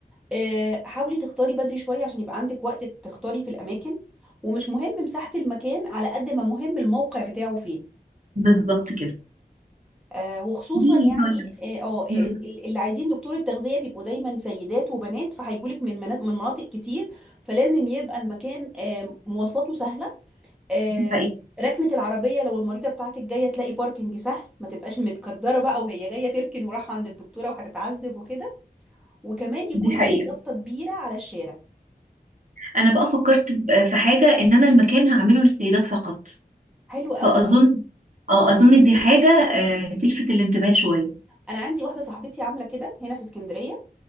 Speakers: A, in the centre; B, on the right.
A: آه، حاولي تختاري بدري شوية عشان يبقى عندك وقت تختاري في الأماكن ومش مهم مساحة المكان على قد ما مهم الموقع بتاعه فين
B: بالظبط كده
A: آه وخصوصا
B: دي
A: يعني
B: طيب
A: اه آه، آه،
B: مم.
A: ال- اللي عايزين دكتور التغذية بيبقوا دايما سيدات وبنات فهيجولك من منا- من مناطق كتير فلازم يبقى المكان آه مواصلاته سهلة آه
B: دي حقيقة
A: ركنة العربية لو المريضة بتاعتك جاية تلاقي باركنج سهل ما تبقاش متكدرة بقى وهي جاية تركن وراح عند الدكتورة وهتتعذب وكده وكمان يكون
B: دي حقيقة
A: ليكي يافطة كبيرة على الشارع
B: أنا بقى فكرت ب- في حاجة إن أنا المكان هعمله للسيدات فقط
A: حلو
B: فأظن
A: قوي
B: اه أظن دي حاجة آه، تلفت الانتباه شوية
A: انا عندي واحده صاحبتي عامله كده هنا في اسكندريه